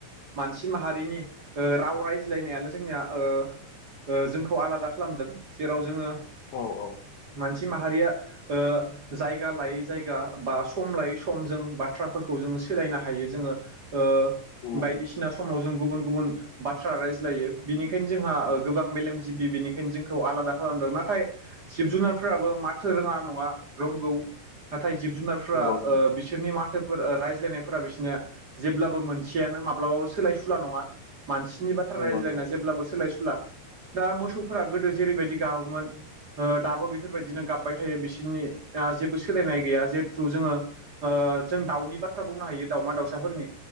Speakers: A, on the right; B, on the left.
A: मानसि माहारिनि ओ राव रायज्लायनायानो जोंनिया ओ-ओ जोंखौ आलादा खालामदों जेराव जोङो
B: औ औ
A: मानसि माहारिया ओ जायगा लायै जायगा बा सम लायै सम जों बाथ्राफोरखौ जोङो सोलायनो हायो जोङो। ओ
B: उम
A: बायदिसिना
B: उम
A: समाव जों गुबुन-गुबुन बाथ्रा रायज्लायो। बिनिखायनो जोंहा ओ गोबां मेलेमजिबि बेनिखायनो जोंखौ आलादा खालामदों। नाथाय जिब जुनारफोराबो माथो रोङा नङा रोंगौ नाथाय जिब जुनारफ्रा
B: नंगौ
A: ओ
B: नंगौ
A: बिस बिसोरनि माथोफोर रायज्लायनायफोरा बिसोरनिया जेब्लाबो मोनसेयानो माब्लाबाबो सोलाय सुला नङा। मानसिनि बाथ्रा
B: नंगौ
A: रायज्लायना
B: नंगौ
A: जेब्लाबो सोलाय सुला दा मोसौफोरा गोदो जेरैबायदि गाबोमोन ओ दाबो बेफोरबायदिनो गाबबाय थायो बिसोरनि ओ जेबो सोलायनाय गैया जिहेथु जोङो ओ जों दाउनि बाथ्रा बुंनो हायो दाउमा दाउसाफोरनि।